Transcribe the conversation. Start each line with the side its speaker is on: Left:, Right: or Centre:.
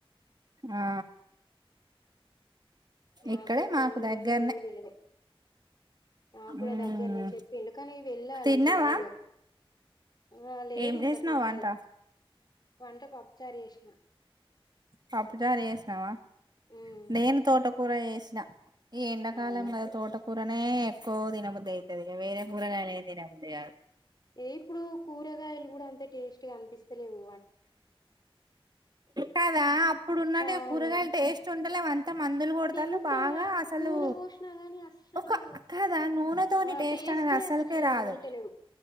Right: ఆ
Left: మాకు
Right: ఇక్కడే
Left: కూడా పెళ్లి ఉండేగాని
Right: దగ్గరనే
Left: నేను వెల్లెలె నా కూడా
Right: ఉమ్
Left: దగ్గరనే చెప్పిళు కానీ వెళ్ళాలె
Right: తిన్నావా
Left: పెళ్ళిళ్ళలకు ఆ లేదు
Right: ఏం
Left: ఇంకా
Right: చేసినావ్
Left: తినాలె
Right: వంట
Left: వంట పప్పుచారు జెసిన
Right: పప్పుచారు జెసినవా
Left: హ్మ్
Right: నేను తోటకర ఏ ృష్ణ <inaudible> ఈ ఎండకాలం
Left: అవునా
Right: కద తోట కురనె ఎక్కువ తిన ఉయితే అ వే కూరగానే ఉంది <inaudible>
Left: ఎ ఇప్పుడు కూరగాయలు కూడ అంతె టేస్ట్ కనిపిస్తలేవు
Right: కదా అప్పుడు ఉన్నట్
Left: అవును
Right: కూరగాయలు టేస్ట్ ఉంటలే అవంతా మందులు కొడతలు
Left: ఎంత
Right: బాగా అసలు
Left: నూనె పోసినా గాని అస్సలు
Right: ఒక కదా నూనె తోని
Left: ఆ
Right: టేస్ట్
Left: టేస్టే
Right: అనేది అసలుకే
Left: అసలు లేవు
Right: రాదు
Left: ఉంటలేవు